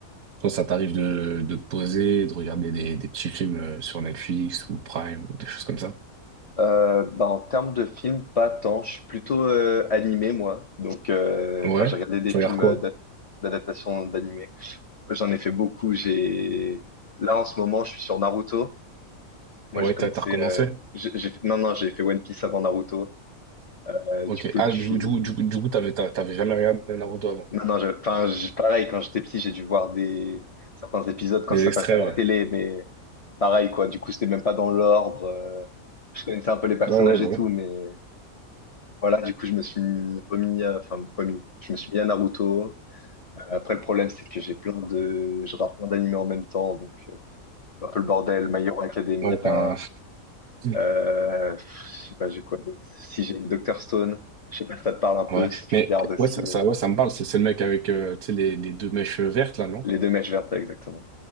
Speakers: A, on the right; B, on the left.
A: toi, ça t'arrive de, de te poser, de regarder des, des petits films euh, sur Netflix ou Prime ou des choses comme ça?
B: Euh, bah, en termes de films, pas tant. Je suis plutôt euh, animé, moi. Donc, euh,
A: Ouais.
B: enfin, j'ai regardé des
A: Tu
B: films
A: regardes quoi?
B: euh, d'a- d'adaptation d'animé. J'en ai fait beaucoup. J'ai là en ce moment, je suis sur Naruto. Moi,
A: Ouais,
B: j'ai commencé.
A: t'as, t'as recommencé?
B: euh, j'ai j'ai fait- non, non, j'ai fait One Piece avant Naruto. Euh,
A: Ok.
B: du coup,
A: Ah,
B: là, je
A: du,
B: suis.
A: du, du, du coup, t'avais, t'as- t'avais jamais regardé Naruto avant.
B: Non, non, je... enfin, je- pareil. Quand j'étais petit, j'ai dû voir des certains épisodes quand
A: Des
B: ça
A: extraits,
B: passait à
A: ouais.
B: la télé, mais pareil, quoi. Du coup, c'était même pas dans l'ordre. euh, Je connaissais un peu les personnages
A: Ouais, ouais, bah
B: et
A: ouais.
B: tout, mais Voilà, du coup, je me suis remis à, enfin, remis, je me suis mis à Naruto. Euh, Après, le problème, c'est que j'ai plein de, je rate plein d'animés en même temps, donc, euh, c'est un peu le bordel. My Hero Academia,
A: Ouais, t'es un, <laughs>
B: euh, pff, je sais pas, j'ai quoi d'autre. Si j'ai Doctor Stone, je sais pas si ça te parle un peu,
A: Ouais,
B: si tu
A: mais
B: regardes aussi,
A: ouais, ça, ça,
B: euh,
A: ouais, ça me parle. C'est c'est le mec avec euh, tu sais, les, les deux mèches vertes, là, non?
B: les deux mèches vertes, exactement.